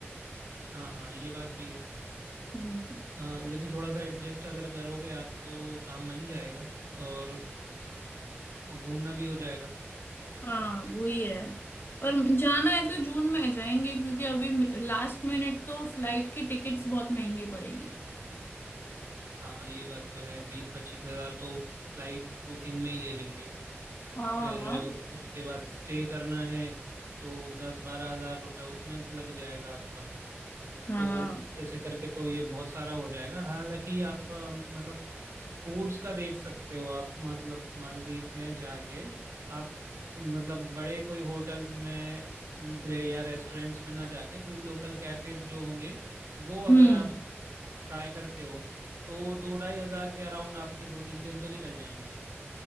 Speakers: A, on the right; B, on the left.
A: हाँ हाँ ये बात भी है
B: हम्म
A: अ, लेकिन थोड़ा सा एडजस्ट अगर करोगे आप तो काम बन जाएगा और घूमना भी हो जाएगा
B: हाँ वही है पर जाना है तो जून में जाएंगे क्योंकि अभी लास्ट मिनट तो फ्लाइट की टिकट्स बहुत महंगी पड़ेगी
A: हाँ ये बात तो है बीस पच्चीस हजार तो फ्लाइट बुकिंग में ही ले लेंगे
B: हाँ
A: फिर
B: ना
A: अ, उसके बाद स्टे करना है तो दस बारह हजार रुपये उसमें लग जाएगा आपका
B: हाँ
A: तो ऐसे करके तो ये बहुत सारा हो जाएगा हालांकि आप अ, मतलब फूड्स का देख सकते हो आप मतलब मालदीव में जाके आप मतलब बड़े कोई होटल्स में न- रे- या रेस्टोरेंट्स में ना जाके कोई लोकल कैफेज जो होंगे वो अगर
B: हम्म
A: आप ट्राई करते हो तो दो ढाई हजार के अराउंड आपके दो तीन दिन तो निकल जाएंगे